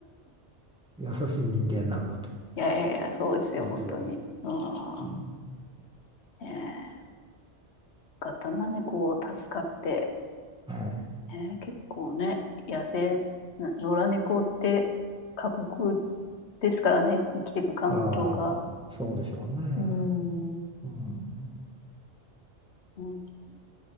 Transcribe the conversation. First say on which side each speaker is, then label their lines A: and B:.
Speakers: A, in the centre; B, on the left (about 70°).
A: 優しい人間なんだと、
B: いやいやいや、そうですよ、
A: 実は。
B: 本当に。うん。
A: う
B: ねえ。よかったな、猫を助かって。
A: ん、はい。
B: ねえ、結構ね、野生、な野良猫って過酷ですからね、生きていく環境が。
A: ああ、そうでしょうね。
B: うん。う
A: うん、
B: ん